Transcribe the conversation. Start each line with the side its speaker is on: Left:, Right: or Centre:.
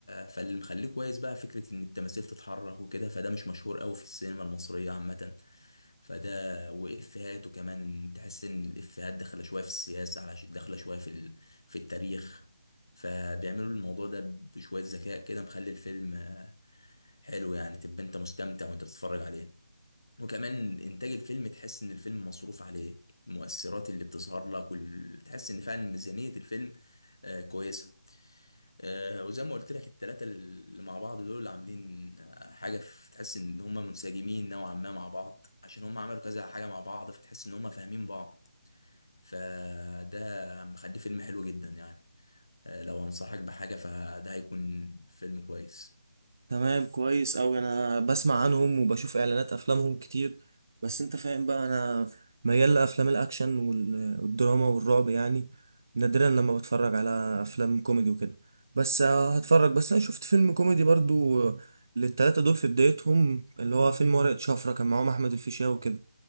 Left: فاللي مخليه كويس بقى فكرة ان التماثيل تتحرك وكده فده مش مشهور قوي في السينما المصرية عامة فده وإفيهاته كمان تحس ان الإفيهات داخلة شوية في السياسة علشان داخلة شوية في ال... في التاريخ فبيعملوا الموضوع ده بشوية ذكاء كده مخلي الفيلم آه، حلو يعني تبقى انت مستمتع وانت بتتفرج عليه وكمان انتاج الفيلم تحس ان الفيلم مصروف عليه المؤثرات اللي بتظهر لك وال... تحس ان فعلا ميزانية الفيلم آه كويسة آه وزي ما قلت لك التلاتة اللي مع بعض دول عاملين آه، حاجة في... تحس ان هم منسجمين نوعا ما مع بعض عشان هم عملوا كذا حاجة مع بعض فتحس ان هم فاهمين بعض فده مخليه فيلم حلو جدا يعني آه لو انصحك بحاجة فده هيكون فيلم كويس
Right: تمام كويس أوي أنا بسمع عنهم وبشوف إعلانات أفلامهم كتير بس أنت فاهم بقى أنا ميال لأفلام الأكشن وال- والدراما والرعب يعني نادرا لما بتفرج على أفلام كوميدي وكده بس آه، هتفرج بس أنا شفت فيلم كوميدي برضو آه، للتلاتة دول في بدايتهم اللي هو فيلم ورقة شفرة كان معاهم أحمد الفيشاوي وكده